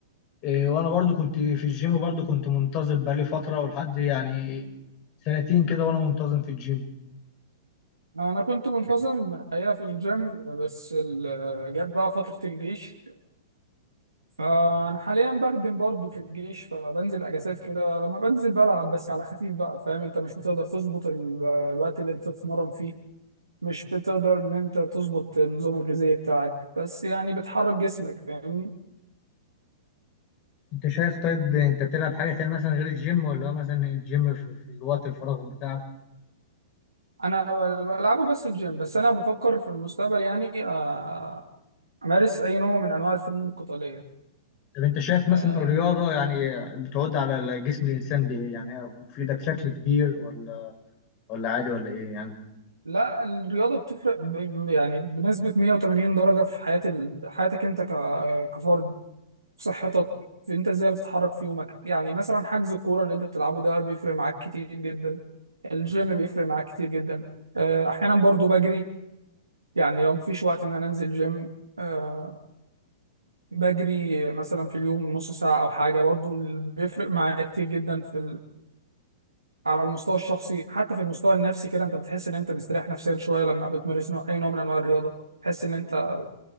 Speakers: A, on the left; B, on the right.
A: إيه وأنا برضو كنت في الجيم برضو كنت منتظم بقالي فترة ولحد يعني سنتين كده وأنا منتظم في الجيم
B: انا كنت منتظم الحقيقه في الجيم بس ال- جت بقى فتره الجيش فانا حاليا بخدم برضه في الجيش فبنزل اجازات كده لما بنزل بلعب بس على خفيف بقى فاهم انت مش بتقدر تظبط ال- الوقت اللي انت تتمرن فيه مش بتقدر ان انت تظبط النظام الغذائي بتاعك بس يعني بتحرك جسمك فاهمني
A: أنت شايف طيب أنت بتلعب حاجة تانية مثلا غير الجيم ولا هو مثلا الجيم في, في الوقت الفراغ بتاعك
B: انا بل- بلعبه بس الجيم بس انا بفكر في المستقبل يعني آه، امارس اي نوع من انواع الفنون القتاليه
A: طب انت شايف مثلا
B: آه،
A: الرياضة يعني بتعود على جسم الإنسان بإيه يعني هي مفيدة بشكل كبير ولا ولا عادي ولا إيه يعني
B: لا الرياضة بتفرق ب- يعني بنسبة 180 درجة في حياة ال... حياتك انت ك... كفرد في صحتك في انت ازاي بتتحرك في يومك يعني مثلا حجز الكورة اللي انت بتلعبه ده بيفرق معاك كتير جدا الجيم بيفرق معاك كتير جدا آه، احيانا برضو بجري يعني لو مفيش وقت ان انا انزل جيم آه، بجري مثلا في اليوم نص ساعة او حاجة برضو بيفرق معايا كتير جدا في على المستوى الشخصي حتى في المستوى النفسي كده انت بتحس ان انت مستريح نفسيا شويه لما بتمارس نوع اي نوع من انواع الرياضه تحس ان انت